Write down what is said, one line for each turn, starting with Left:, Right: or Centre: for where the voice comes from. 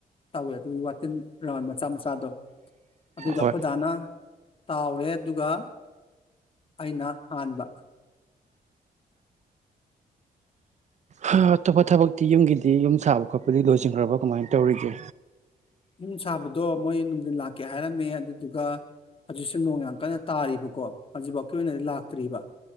Left: ꯇꯧꯋꯦ ꯑꯗꯨꯒꯤ ꯋꯥꯇꯤꯟ ꯔꯥꯎꯟ ꯃꯆꯥ ꯃꯆꯥꯗꯣ ꯑꯗꯨꯗꯣ
Right: ꯍꯣꯏ
Left: ꯑꯩꯈꯣꯏꯗꯥꯅ ꯇꯥꯎꯔꯦ ꯑꯗꯨꯒ ꯑꯩꯅ ꯍꯥꯟꯕꯦ꯫
Right: ꯍꯥ ꯑꯇꯣꯞꯄ ꯊꯕꯛꯇꯤ ꯌꯨꯝꯒꯤꯗꯤ ꯌꯨꯝ ꯁꯥꯕ ꯈꯣꯠꯄꯗꯤ ꯂꯣꯏꯁꯤꯟꯒ꯭ꯔꯕ ꯀꯃꯥꯏ ꯇꯧꯔꯤꯒꯦ꯫
Left: ꯌꯨꯝ ꯁꯥꯕꯗꯣ ꯃꯣꯏ ꯅꯨꯡꯊꯤꯟ ꯂꯥꯛꯀꯦ ꯍꯥꯏꯔꯝꯃꯦ ꯑꯗꯨꯗꯨꯒ ꯍꯧꯖꯤꯛꯁꯨ ꯅꯣꯡ ꯌꯥꯝ ꯀꯟꯅ ꯇꯥꯔꯤꯕꯀꯣ ꯍꯧꯖꯤꯛꯐꯥꯎꯀꯤ ꯑꯣꯏꯅꯗꯤ ꯂꯥꯛꯇ꯭ꯔꯤꯕ